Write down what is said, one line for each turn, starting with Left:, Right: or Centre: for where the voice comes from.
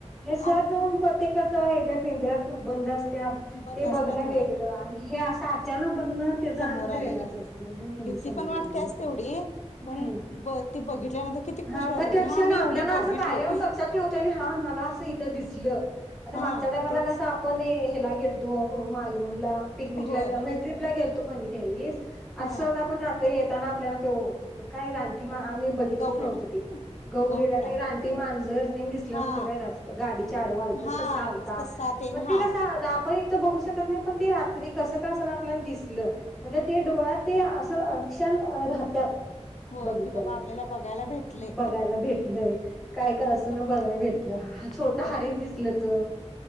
Centre: हे सहज
Left: आत
Centre: जाऊन प्रत्येकाचं हे जे पिंऱ्यात बंद असत त्या
Left: बंद
Centre: ते
Left: असतात
Centre: बघणं
Left: होय
Centre: वेगळं आणि हे असं अचानक बघणं त्याचा
Left: समोर
Centre: आनंद
Left: आलेले
Centre: वेगळाच असतो हम्
Left: भीती
Centre: समोरली
Left: पण वाटतेच
Centre: हम्म
Left: तेवढी पण ब ती बघितल्यानंतर किती खुश
Centre: हा
Left: व्हायला
Centre: पण
Left: होते
Centre: ते क्षण
Left: हा मी
Centre: आपल्याला
Left: एवढी बघितलो
Centre: अस कायम लक्षात ठेवत हा मला अस इथ दिसलं आता
Left: हा
Centre: मागच्याला
Left: तेच
Centre: कस आपण हे हेला गेलतो. हो मालवण ला पिकनिकला
Left: होय
Centre: गेल म्हे ट्रपला गेलतो. पणी द्यावीस
Left: हा
Centre: आज सहज आपण राहतोय हे दिसताना तो आपल्याला काय रानटी मा आम्ही दिसलाच
Left: गौरेडा
Centre: नव्हतं ते गवू
Left: गौरेडा
Centre: रेडा नाही रानटी मांजर तेंन दिसलं
Left: हा
Centre: नव्हतं काय गाडीच्या आडव आलता
Left: हा
Centre: ससा आलता
Left: ससा तेन
Centre: मग ते
Left: हा
Centre: कस आपण हीत फक्त बघू शकत नाही पण ते रात्री कसं का आस ना आपल्याला दिसलं म्हणजे ते
Left: हा
Centre: डोळ्यात ते आस त क्षण राहत्यात.
Left: होय
Centre: बघितल्यालं.
Left: की बाबा आपल्याला बघ बघायला भेटले,
Centre: बघायला भेटलंय काय काय असं
Left: तर
Centre: ना बघायला
Left: काय
Centre: भेटलं छोटं
Left: व्हय
Centre: हरीण दिसलं तर